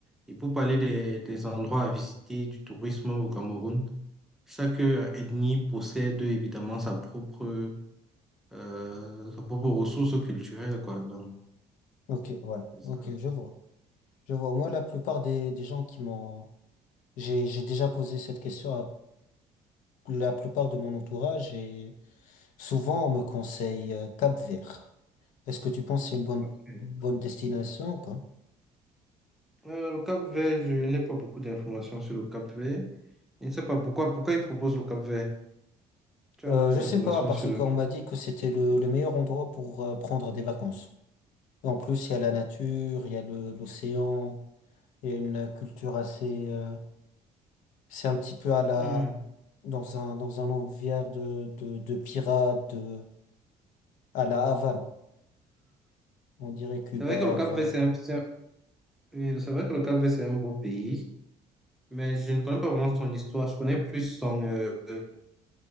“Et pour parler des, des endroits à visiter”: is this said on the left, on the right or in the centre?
Centre